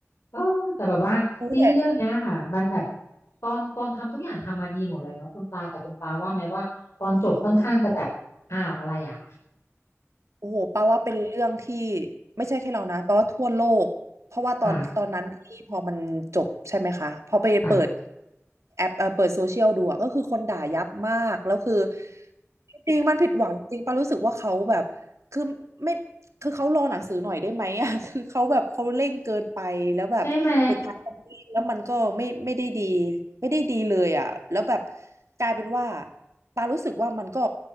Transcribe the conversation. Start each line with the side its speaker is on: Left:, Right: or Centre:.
Left: เออแต่แบบว่าซีรีส์เรื่องเนี้ยค่ะมันแบบ
Right: รู้แต่
Left: ตอนตอนทำทุกอย่างทำมาดีหมดเลยเนาะคุณปลาแต่คุณปลาว่าไหมว่าตอนจบค่อนข้างจะแบบอ้าวอะไรอ่ะ
Right: อ่าโอ้โหปาว่าเป็นเรื่องที่ไม่ใช่แค่เรานะปาว่าทั่วโลกเพราะว่าตอนตอนนั้นที่พอมันจบใช่ไหมคะพอไปเปิด
Left: <laughs> ค่ะค่ะ
Right: แอปเออเปิดโซเชียลดูอะก็คือคนด่ายับมากแล้วคือจริงๆมันผิดหวังจริงๆปารู้สึกว่าเขาแบบคือไม่ คือเขารอหนังสือหน่อยได้ไหมอ่ะ <laughs> คือเขาแบบเขาเร่งเกินไปแล้วแบบสุดท้ายเขาไม่แล้วมันก็ไม่ไม่ได้ดี
Left: ใช่ไหม
Right: ไม่ได้ดีเลยอ่ะแล้วแบบกลายเป็นว่าปารู้สึกว่ามันก็